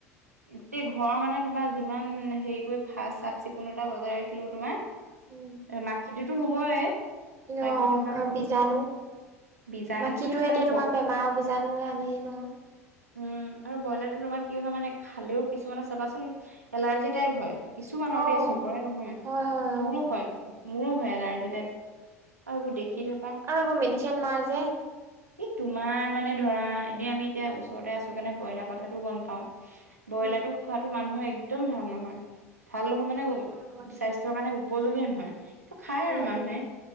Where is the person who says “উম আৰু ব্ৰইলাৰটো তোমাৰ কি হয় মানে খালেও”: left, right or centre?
Right